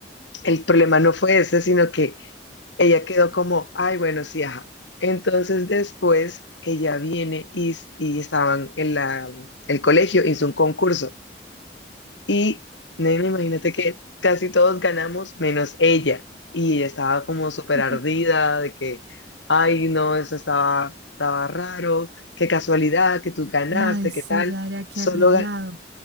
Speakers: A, on the left (about 80°); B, on the right (about 65°).
A: el problema no fue ese, sino que ella quedó como, ay, bueno, sí, ajá. Entonces, después, ella viene y, y estaban en la, el colegio, hizo un concurso. Y, nena, imagínate que casi todos ganamos, menos ella. Y ella estaba como súper
B: <laughs>
A: ardida de que, ay, no, eso estaba, estaba raro, qué casualidad, que tú ganaste,
B: Ay, sí,
A: qué tal.
B: ya era que
A: Solo,
B: arreglado.